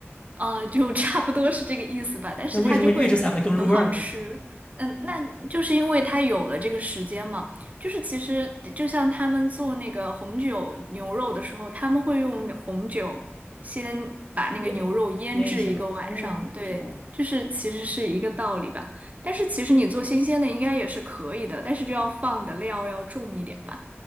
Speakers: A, on the right (about 35°); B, on the left (about 25°).
A: 啊，就差不多是这个意思吧，但是它就会很好吃。
B: 那为什么预制菜会更入味儿呢？
A: 嗯，那就是因为它有了这个时间嘛，就是其实就像他们做那个红酒牛肉的时候，他们会用红酒先把那个牛肉腌制一个晚上，
B: 腌腌一下。哦，
A: 对，
B: 知道了。
A: 就是其实是一个道理吧。但是其实你做新鲜的应该也是可以的，但是就要放的料要重一点吧。